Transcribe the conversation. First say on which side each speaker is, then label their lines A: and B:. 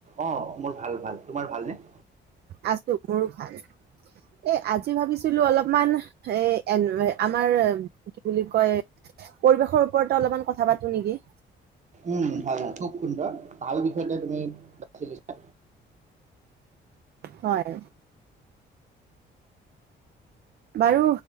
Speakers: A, on the right (about 35°); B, on the right (about 55°).
A: অ' মোৰ ভাল - ভাল। তোমাৰ ভালনে?
B: আছো, মোৰো ভাল। ঐ আজ, আজি ভাবিছিলো অলপমান এ' এ' আমাৰ কি বুলি কয় পৰিৱেশৰ ওপৰতে অলপমান কথা পাতো নেকি?
A: উম, ভাল -ভাল খুব সুন্দৰ ভাল বিষয়তে তুমি বাছি লৈছা।
B: হয়। বাৰু